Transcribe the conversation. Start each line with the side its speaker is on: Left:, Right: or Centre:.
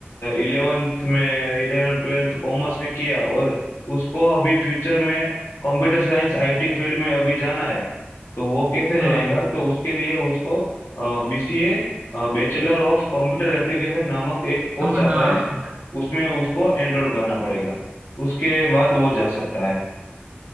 Left: इलेवेंथ में इलेवेंथ ट्वेल्थ कॉमर्स में किया और उसको अभी फ्यूचर में कंप्यूटर साइंस आईटी फील्ड में अभी जाना है तो वो कैसे जाएगा
Right: हाँ
Left: तो उसके लिए उसको BCA bachelor of computer application नामक एक कोर्स
Right: कंप्यूटर
Left: आता
Right: हाँ
Left: है उसमें उसको एनरोल करना पड़ेगा उसके बाद वो जा सकता है